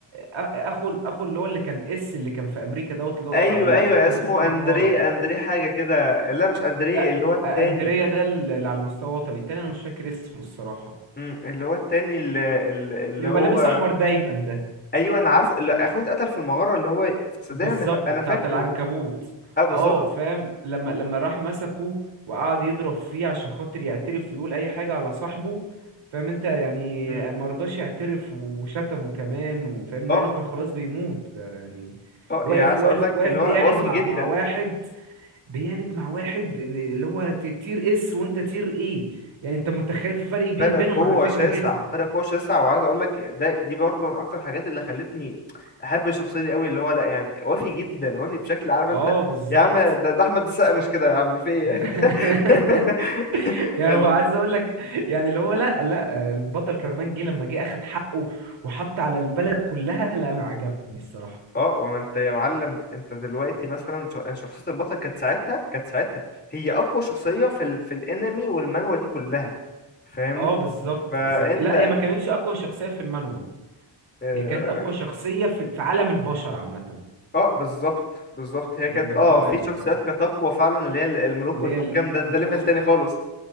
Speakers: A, on the right; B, on the left.
A: أ- اخو اخو اللي هو اللي كان اس اللي كان في امريكا دوت اللي هو
B: ايوه
A: اللي
B: ايوه
A: اخوه موتوه
B: اسمه
A: في المغاره
B: اندريه اندريه حاجه كده لا مش اندريه
A: لا
B: اللي هو التاني
A: أ- اندريا ده اللي على المستوى الوطني التاني انا مش فاكر اسمه الصراحه
B: أمم، اللي هو التاني اللي, اللي اللي
A: اللي بيبقى
B: هو
A: لابس احمر دايما ده
B: ايوه انا عارفه اللي اخوه اتقتل في المغاره اللي هو صدقني
A: بالظبط
B: انا فا- انا
A: بتاعت
B: فاكره
A: العنكبوت
B: اه بالظبط
A: اه فاهم لما لما راح مسكه وقعد يضرب فيه عشان خاطر يعترف ويقول اي حاجة على صاحبه فاهم انت يعني
B: أمم.
A: مرضاش يعترف وشتمه كمان وفاهم
B: اه
A: مع انه كان خلاص بيموت ده يعني
B: اه
A: واقف
B: يعني عايز
A: واقف
B: اقول لك
A: واقف
B: اللي
A: بيعند
B: هو وافي
A: مع
B: جدا
A: مع واحد بيعند مع واحد إن اللي هو ت- تير اس وانت تير ايه يعني انت متخيل في فرق كبير
B: فرق
A: بينهم
B: قوة
A: على فكرة
B: شاسع
A: جدا
B: فرق قوة شاسع وعايز اقول لك ده دي برضه من اكتر الحاجات اللي خلتني احب الشخصية دي قوي اللي هو لا يعني وافي جدا وافي بشكل عارف
A: اه
B: انت
A: بالظبط
B: يا عم ده, ده احمد السقا مش كده يا عم في ايه
A: <laughs>
B: <laughs>
A: يعني
B: ال...
A: هو عايز اقول لك يعني اللي هو لا لا البطل كمان جه لما جه اخد حقه وحط على البلد كلها لا انا عجبني الصراحة
B: اه وما انت يا معلم انت دلوقتي مثلا ش- شخصية البطل كانت ساعتها كانت ساعتها هي اقوى شخصية في ال... في الانمي والمانوا دي كلها فاهمني
A: اه بالظبط
B: فانت
A: بالظبط لا هي ما كانتش اقوى شخصية في المانوا
B: آه،
A: هي كانت اقوى شخصية في في عالم البشر عامة
B: اه بالظبط بالظبط هي
A: يعني
B: كانت
A: ب- اه
B: اه في
A: يعني
B: شخصيات
A: كان
B: كانت اقوى فعلا اللي هي الملوك
A: اللي
B: والحكام
A: هي ال-
B: ده ده
A: الملوك
B: ليفل تاني خالص